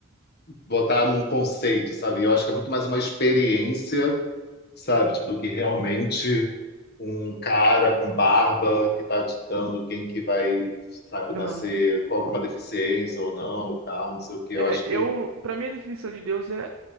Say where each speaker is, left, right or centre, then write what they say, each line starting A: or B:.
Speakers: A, on the left; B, on the right.
A: botar num conceito, sabe? Eu acho que é muito mais uma experiência, sabe? Tipo, do que realmente um cara com barba que está ditando quem que vai, sabe, nascer
B: Aham.
A: com alguma deficiência ou não e tal, não sei o quê.
B: É,
A: Eu acho
B: eu,
A: que
B: para mim a definição de Deus é